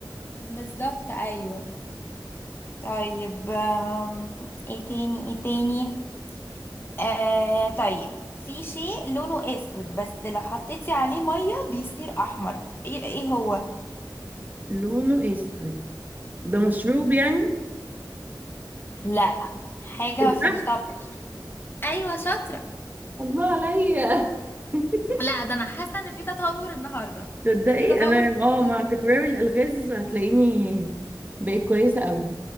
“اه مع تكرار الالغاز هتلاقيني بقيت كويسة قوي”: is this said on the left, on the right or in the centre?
Right